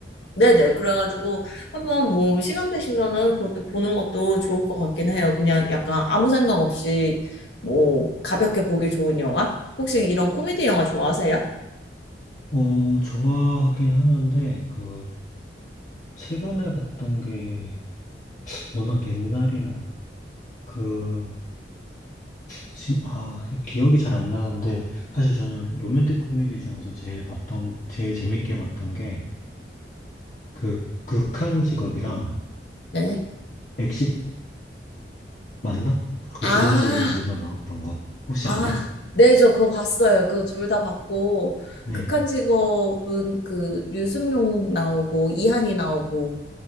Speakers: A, on the left (about 80°); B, on the left (about 45°).
A: 네네. 그래가지고 한번 뭐 시간 되시면은 그것도 보는 것도 좋을 것 같긴 해요. 그냥 약간 아무 생각 없이 뭐 가볍게 보기 좋은 영화? 혹시 이런 코미디 영화 좋아하세요?
B: 어, 좋아하긴 하는데, 그, 최근에 봤던 게 워낙 옛날이라, 그, 지금, 아, 기억이 잘 안 나는데, 사실 저는 로맨틱 코미디 중에서 제일 봤던, 제일 재밌게 봤던 게, 그, 극한 직업이랑,
A: 네.
B: 엑시트 맞나? 그
A: 아,
B: 조종석이랑 유나 나왔던 거 혹시
A: 아,
B: 아세요?
A: 네, 저 그거 봤어요. 그거 둘 다 봤고,
B: 네,
A: 극한 직업은 그 유승용 나오고, 이한이 나오고,